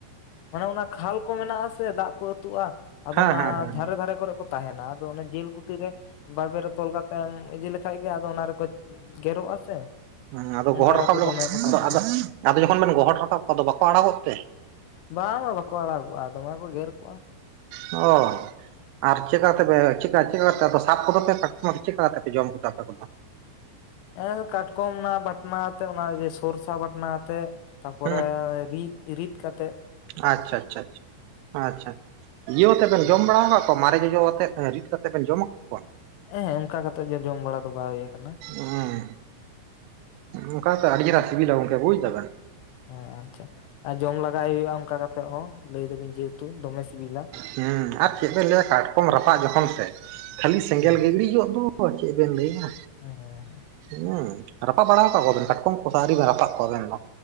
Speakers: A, on the left; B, on the right.
A: ᱚᱱᱮ ᱚᱱᱟ ᱠᱷᱟᱞ ᱠᱚ ᱢᱮᱱᱟᱜ-ᱟ ᱥᱮ ᱫᱟᱜ ᱠᱚ ᱟᱹᱛᱩᱜ-ᱟ, ᱟᱫᱚ
B: ᱦᱮᱸ
A: ᱚᱱᱟ
B: ᱦᱮᱸ ᱦᱮᱸ
A: ᱫᱷᱟᱨᱮ ᱫᱷᱟᱨᱮ ᱠᱚᱨᱮ ᱠᱚ ᱛᱟᱦᱮᱸᱱᱟ ᱟᱫᱚ ᱚᱱᱟ ᱡᱤᱞ ᱠᱩᱛᱤ ᱨᱮ ᱵᱟᱵᱮᱨ ᱨᱮ ᱛᱚᱞ ᱠᱟᱛᱮ ᱮᱢ ᱤᱫᱤ ᱞᱮᱠᱷᱟᱡ ᱜᱮ ᱟᱫᱚ ᱚᱱᱟ ᱨᱮᱠᱚ ᱜᱮᱨᱚᱜ-ᱟ ᱥᱮ
B: ᱦᱮᱸ ᱟᱫᱚ
A: ᱚᱱᱠᱟ
B: ᱜᱚᱦᱚᱲ ᱨᱟᱠᱟᱵ
A: ᱠᱟᱛᱮ
B: ᱫᱚ
A: ᱫᱚᱢᱮ ᱠᱚ ᱥᱟᱵᱚᱜᱼᱟ
B: ᱟᱫᱚ ᱟᱫᱚ ᱟᱫᱚ ᱡᱚᱠᱷᱚᱱ ᱵᱮᱱ ᱜᱚᱦᱚᱨ ᱨᱟᱠᱟᱵ ᱠᱚ ᱟᱫᱚ ᱵᱟᱠᱚ ᱟᱲᱟᱜᱚᱜ ᱛᱮ?
A: ᱵᱟᱝ ᱵᱟᱝ ᱵᱟᱠᱚ ᱟᱲᱟᱜᱚᱜ-ᱟ ᱫᱚᱢᱮ ᱠᱚ ᱜᱮᱨ ᱠᱚᱜ-ᱟ᱾
B: ᱚ ᱾ ᱟᱨ ᱪᱮᱠᱟ ᱠᱟᱛᱮ ᱯᱮ ᱪᱮᱠᱟ ᱪᱮᱫᱠᱟ ᱛᱮ ᱟᱯᱮ ᱥᱟᱵ ᱠᱚᱫᱚ ᱯᱮ ᱠᱟᱴᱠᱚᱢ ᱟᱫᱚ ᱪᱮᱫᱠᱟ ᱠᱟᱛᱮ ᱯᱮ ᱡᱚᱢ ᱠᱚᱛᱮ ᱟᱯᱮ ᱠᱚᱫᱚ?
A: ᱮ ᱠᱟᱴᱠᱚᱢ ᱚᱱᱟ ᱵᱟᱴᱱᱟ ᱟᱛᱮ ᱚᱱᱟ ᱜᱮ ᱥᱚᱨᱥᱟ ᱵᱟᱴᱱᱟ ᱟᱛᱮ, ᱛᱟᱯᱚᱨᱮ
B: ᱦᱩᱸ
A: ᱨᱤᱫ ᱨᱤᱫ ᱠᱟᱛᱮᱜ ᱾
B: ᱟᱪᱪᱷᱟ ᱟᱪᱪᱷᱟ ᱟᱪᱷᱟ ᱟᱪᱪᱷᱟ, ᱤᱭᱟᱹᱳ ᱟᱛᱮ ᱵᱮᱱ
A: ᱦᱮᱸ
B: ᱡᱚᱢ ᱵᱟᱲᱟᱣ ᱠᱟᱫ ᱚᱱᱠᱟ ᱢᱟᱨᱮ ᱡᱚᱡᱚ ᱣᱟᱛᱮᱫ ᱨᱤᱫ ᱠᱟᱛᱮᱫ ᱵᱮᱱ ᱡᱚᱢ ᱟᱠᱟᱫ ᱠᱚᱣᱟ?
A: ᱮᱸ ᱦᱮᱸ ᱚᱱᱠᱟ ᱠᱟᱛᱮᱜ ᱜᱮ ᱡᱚᱢ ᱵᱟᱲᱟ ᱫᱚ ᱵᱟᱭ ᱦᱩᱭ ᱟᱠᱟᱱᱟ ᱾
B: ᱩᱸᱻ, ᱚᱱᱠᱟ ᱠᱟᱛᱮᱫ ᱟᱹᱰᱤ ᱪᱮᱦᱨᱟ ᱥᱤᱵᱤᱞᱟ ᱜᱚᱝᱠᱮ ᱵᱩᱡᱽ ᱫᱟᱵᱮᱱ ᱾
A: ᱦᱮᱸ ᱟᱪᱪᱷᱟ, ᱟᱨ ᱡᱚᱢ ᱞᱟᱜᱟᱭ ᱦᱩᱭᱩᱜᱼᱟ ᱚᱱᱠᱟ ᱠᱟᱛᱮᱜ ᱦᱚᱸ ᱞᱟᱹᱭ ᱫᱟᱵᱮᱱ ᱡᱮᱦᱮᱛᱩ ᱫᱚᱢᱮ ᱥᱤᱵᱤᱞᱟ ᱾
B: ᱦᱮᱸ ᱟᱨ ᱪᱮᱫ ᱵᱮᱱ ᱞᱟᱹᱭᱟ ᱠᱟᱴᱠᱚᱢ ᱨᱟᱯᱟᱜ ᱡᱚᱠᱷᱚᱱ ᱥᱮ ᱠᱷᱟᱹᱞᱤ ᱥᱮᱸᱜᱮᱞ
A: ᱦᱮᱸ
B: ᱜᱮ ᱤᱸᱲᱤᱡᱚᱜ ᱫᱚ ᱾ ᱚ ᱪᱮᱫ ᱵᱮᱱ ᱞᱟᱹᱭᱟ?
A: ᱦᱩᱸ ᱦᱩᱸ ᱾
B: ᱦᱩᱸ, ᱨᱟᱯᱟᱜ ᱵᱟᱲᱟᱣ ᱟᱠᱟᱫ ᱠᱚᱣᱟᱵᱮᱱ ᱠᱟᱴᱠᱚᱢ ᱠᱚ ᱥᱮ ᱟᱹᱣᱨᱤ ᱵᱮᱱ ᱨᱟᱯᱟᱜ ᱠᱚᱣᱟ ᱟᱵᱮᱱ ᱫᱚ?